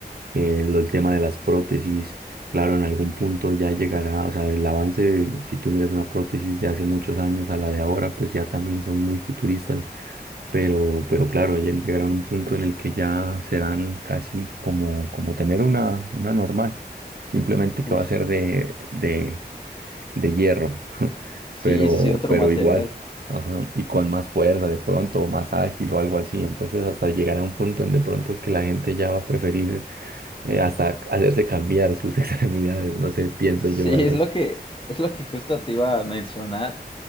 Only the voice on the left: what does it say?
Justo.
Sí,
sí, sí, otro
material.
Sí,
es
lo que, es lo que justo te iba a mencionar.